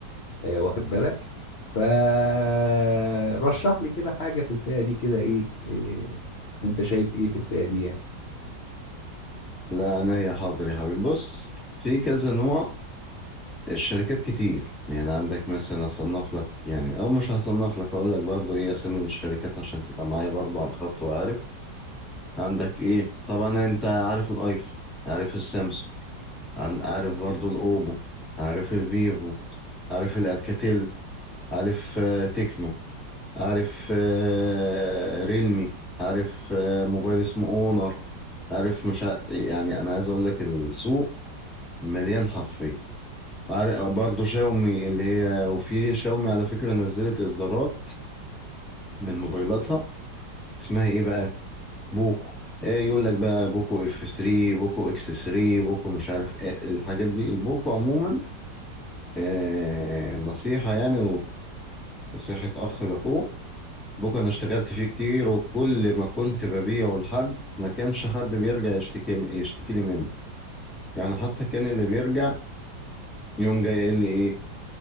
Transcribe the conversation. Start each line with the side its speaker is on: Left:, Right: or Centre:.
Left: آه، واخد بالك فرشح لي كده حاجة في الفئة دي كده ايه إيه، انت شايف ايه في الفئة دي يعني
Centre: لا انا يا حاضر يا حبيبي بص في كذا نوع الشركات كتير يعني عندك مثلا هصنف لك يعني او مش هصنف لك اقول لك برضو ايه اسامي الشركات عشان تبقى معايا برضو على الخط وعارف عندك ايه طبعا انت عارف الايفون عارف السامسونج عن- عارف برضو الاوبو عارف الفيفو عارف الالكاتيل عارف آه، تكنو عارف آه، ريلمي عارف آه، موبايل اسمه اونر عارف مش ع... يعني انا عايز اقول لك السوق مليان حرفيا عارف برضه شاومي اللي هي وفي شاومي على فكرة نزلت اصدارات من موبايلاتها اسمها ايه بقى بوكو ايه يقول لك بقى بوكو اف 3 بوكو اكس 3 بوكو مش عارف ايه الحاجات دي البوكو عموما آه نصيحة يعني ونصيحة اخ لاخوه بوك انا اشتغلت فيه كتير وكل ما كنت ببيعه لحد ما كانش حد بيرجع يشتكي يشتكي لي منه يعني حتى كان اللي بيرجع يوم جاي قايل لي ايه